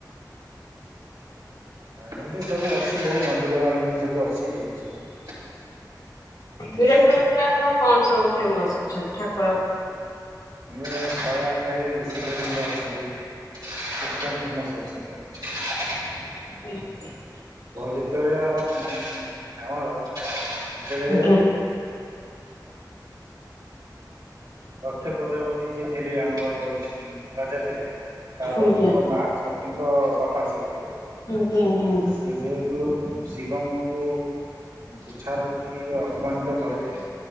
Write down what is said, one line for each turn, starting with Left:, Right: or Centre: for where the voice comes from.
Right: ଏମିତି ସବୁ ଅଛି ବହୁ ମନ୍ଦିର ମାଲିଣୀ ସବୁ ଅଛି ଏଇ ସବୁ
Left: ବିରଜା ମନ୍ଦିର ଆପଣ କଣ ସବୁ ଫେମସ ଅଛନ୍ତି। ଠାକୁରଙ୍କ
Right: ଏ ଶହେ ଆଠ ଶିବଲିଙ୍ଗ ଅଛନ୍ତି। ସେଥି ପାଇଁ ଫେମସ୍ ଅଛନ୍ତି ଆଉ।
Left: <unintelligible>
Right: ଯେତେବେଳେ ଆମ ଆମର ଯେତେବେ
Left: ଆଜ୍ଞା
Right: ଦକ୍ଷ ପ୍ରଜାପତି ଯିଏ ଥିଲେ ଆମର ରାଜା ଥିଲେ। ପାର୍ବତୀଙ୍କ
Left: ଆଜ୍ଞା
Right: ମା ସତୀଙ୍କ ବାପା ସିଏ ଥିଲେ।
Left: ଆଜ୍ଞା ଆଜ୍ଞା
Right: ସିଏ ଯେହେ ତୁ ଶିବଙ୍କୁ ତୁଚାହର କରିକି ଅପମାନିତ କରିଥିଲେ।